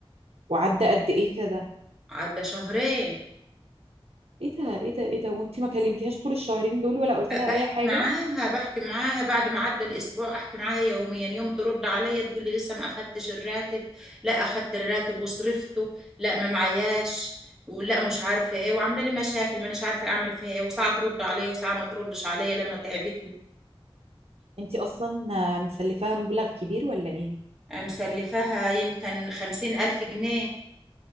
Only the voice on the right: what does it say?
وعدى قد ايه كده
ايه ده ايه ده ايه ده وانت ما كلمتيهاش طول الشهرين دول ولا قلت لها
اي حاجة
انت اصلا آه، مسلفاها مبلغ كبير ولا ايه